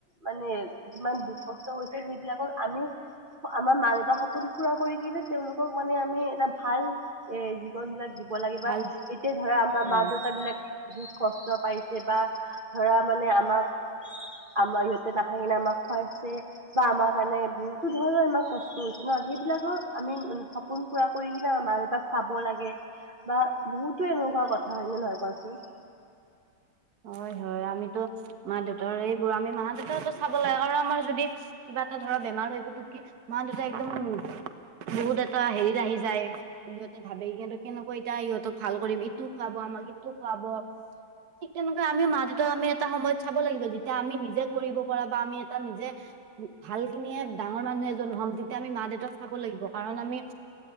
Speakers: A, on the right (about 30°); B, on the right (about 50°).
A: মানে যিমান দুখ কষ্ট হৈছে সেইবিলাকক আমি আমাৰ মা দেউতাৰ সপোন পুৰা কৰি কিনে তেওঁলোকক মানে আমি এটা ভাল এ বন বিলাক দিব লাগে বা
B: ভাল
A: এতিয়া ধৰা আমাৰ
B: হয়
A: মা দেউতা বিলাক বহুত কষ্ট পাইছে বা ধৰা মানে আমাক আমাৰ ইহঁতে নাখায়কিনে আমাক খুৱাইছে। বা আমাৰ কাৰণে বহুতো ধৰণৰ ইমান কষ্ট হৈছে ন সেইবিলাকৰ আমি চাব সপোন পুৰা কৰি কিনে মা দেউতাক চাব লাগে বা বহুতো এনেকুৱা কথা হয় নে নহয় কোৱাচোন।
B: হয় হয় আমিতো মা দেউতাৰ এইবোৰ আমি মা দেউতাকো চাব লাগে আৰ আমাৰ যদি কিবা এটা ধৰা বেমাৰ হৈ পুটুক কে মা দেতাই একদম বহুত এটা হেৰিত আহি যায়। সিহঁতে ভাবে কিন্তু কেনেকুৱা এতিয়া সিহঁতক ভাল কৰিম ইটো খুৱাব আমাক ইটো খুৱাব। ঠিক তেনেকুৱা আমি মা দেউতাক আমি এটা সময়ত চাব লাগিব যেতিয়া আমি নিজে কৰিব পৰা বা আমি এটা নিজে ভাল খিনিয়ে ডাঙৰ মানুহ এজন হ'ম তেতিয়া আমি মা দেউতাক চাব লাগিব কাৰণ আমি